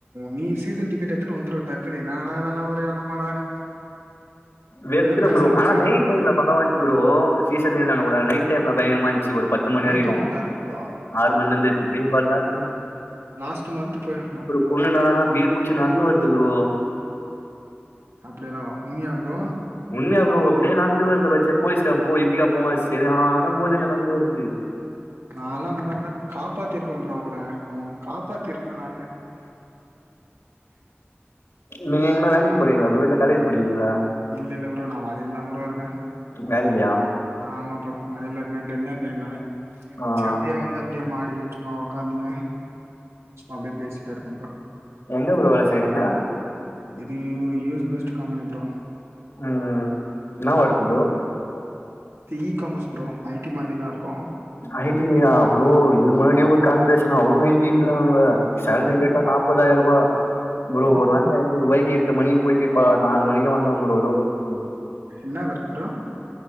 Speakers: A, on the right; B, on the left.
A: நீ சீசன் டிக்கெட் எத்துனு வந்துருவ டக் நடா அதெல்லாம் ஒரு எடம்மாடானனு
B: வெறுத்துட்ட
A: ஏதோ பேசன்
B: ப்ரோ
A: பிரிச்சு
B: ஆனா
A: கிட்ட
B: நைட்
A: போனமா
B: டைம்ல பக்காவா இருந்துச்சு ப்ரோ <unintelligible> நைட் டைம்ல பயங்கரமா இருந்துச்சு ஒரு பத்து மணி
A: நைட்
B: வரைக்கு
A: டைம் நல்லா இருக்கு ப்ரோ
B: ஆறு மணிலிந்து ப்ரீ பால்லா எத்துன்னு
A: லாஸ்ட்டு மந்த் போயிருந்தோ
B: பொண்ணு ன்னாடானா பீர் குச்சி நந்து வருது ப்ரோ
A: அப்புடியெல்லா உண்மியா ப்ரோ
B: உண்மையா ப்ரோ அப்பிடியே நடந்து வருது பச்சே போலீக்கார போ இப்படிக்கா போங்க செரி ஆனா போதைல நந்து வருது
A: நாலா இந்த மாரிந்தா காப்பாத்தி இருப்பே ப்ரோ அவ்ங்கள அவுங் காப்பாத்தி இருப்பே நானு
B: நீங்க எங்கனா வேலைக்கு போறீங்ளா ப்ரோ இல்ல காலேஜ் படிக்கிறீங்ளா
A: இல்ல இல்ல ப்ரோ நா வேலைல்ல தா ப்ரோ இருக்கே
B: வேலலையா
A: ஆமா ப்ரோ வேலையில இருக்கே டின்னர் டைமு
B: ஆ
A: செப்டியே வந்து அப்டியே மாடியில சும்மா உக்காந்துனு சும்மா அப்டியே பேசிட்டே இருக்க‌ப்ரோ
B: எங்க ப்ரோ வேல செய்றீங்க
A: இது ஒரு யூஸ் பெஸ்ட்டு கம்பெனி ப்ரோ
B: ம் என்னா work bro
A: e commerce bro I T மாரி தா இருக்கு
B: ஐ டி லய ப்ரோ இதுக்கு முன்னாடியே ஒரு கால் பேசுன அவுரு ஐ டின்றாங்க சேலரி
A: ம்
B: கேட்டா நாப்பதாயிர ரூபா
A: ஐயையோ
B: ப்ரோ ஒரு நாளைக்கு ஐநூற்ருபாய்க்கி எட்டு மணிக்கு போயிட்டு இப்ப நாலு மணிக்கு வந்தம் ப்ரோ லோடு ஏத்திட்டு
A: ன்னா வர்க்கு ப்ரோ